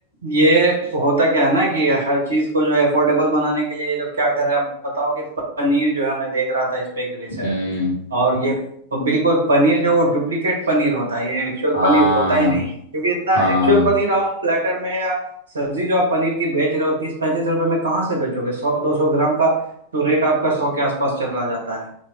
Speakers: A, on the right (about 70°); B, on the left (about 55°).
A: ये होता क्या है ना कि हर चीज को जो है अफोर्डेबल बनाने के लिए ये लोग क्या कर रहे हैं आप बताओ कि पनीर जो है मैं देख रहा था इस पे एक रिसर्च
B: हम्म
A: और ये बिल्कुल पनीर जो वो डुप्लीकेट पनीर होता है ये एक्चुअल
B: हाँ
A: पनीर होता ही नहीं है क्योंकि इतना
B: हाँ
A: एक्चुअल पनीर आप प्लेटर में या सब्जी जो आप पनीर की बेच रहे हो तीस पैंतीस रुपए में कहाँ से बेचोगे सौ दो सौ ग्राम का तो रेट आपका सौ के आसपास चला जाता है